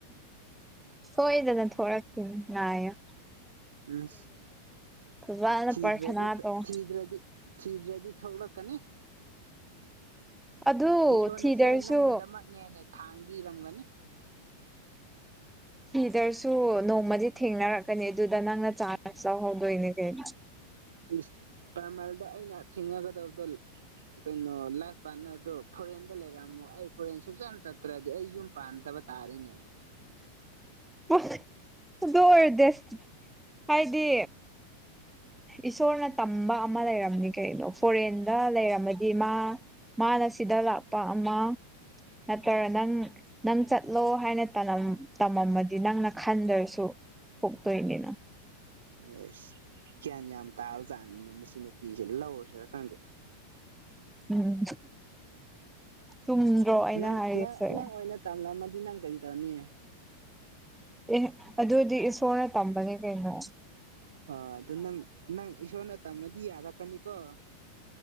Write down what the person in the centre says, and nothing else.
ꯁꯣꯏꯗꯅ ꯊꯣꯔꯛꯁꯤꯅꯤ ꯉꯥꯏꯌ
ꯐꯖꯅ
ꯄ꯭ꯔꯊꯅꯥ ꯇꯧ
ꯑꯗꯨ
ꯊꯤꯗ꯭ꯔꯁꯨ
ꯍꯤꯗꯔꯁꯨ ꯅꯣꯡꯃꯗꯤ ꯊꯦꯡꯅꯔꯛꯀꯅꯤ ꯑꯗꯨꯗ ꯅꯪꯅ ꯆꯥꯟꯁ ꯂꯧꯍꯧꯗꯣꯏꯅꯦ ꯀꯣ
ꯑ ꯑꯗꯨ ꯑꯣꯏꯔꯗꯤ ꯍꯥꯏꯗꯤ ꯏꯁꯣꯔꯅ ꯇꯝꯕ ꯑꯃ ꯂꯩꯔꯝꯅꯤ ꯀꯩꯅꯣ ꯐꯣꯔꯦꯟꯗ ꯂꯩꯔꯝꯃꯗꯤ ꯃꯥ ꯃꯥꯅ ꯁꯤꯗ ꯂꯥꯛꯄ ꯑꯃ ꯅꯠꯇ꯭ꯔ ꯅꯪ ꯅꯪ ꯆꯠꯂꯣ ꯍꯥꯏꯅ ꯇꯝꯃꯝꯃꯗꯤ ꯅꯪꯅ ꯈꯟꯗ꯭ꯔꯁꯨ ꯊꯣꯛꯇꯣꯏꯅꯤꯅ
ꯎꯝ ꯆꯨꯝꯗ꯭ꯔꯣ ꯑꯩꯅ
ꯍꯥꯏꯔꯤꯁꯦ
ꯑꯦ ꯑꯗꯨꯗꯤ ꯑꯦ ꯁꯣꯔꯅ ꯇꯝꯕꯅꯤ ꯀꯩꯅꯩꯅꯣ